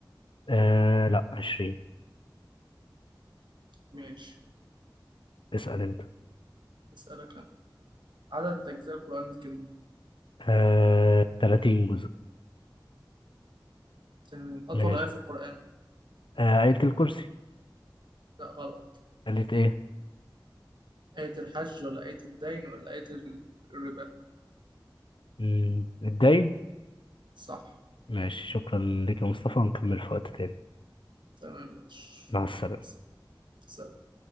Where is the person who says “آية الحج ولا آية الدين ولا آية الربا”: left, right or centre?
Right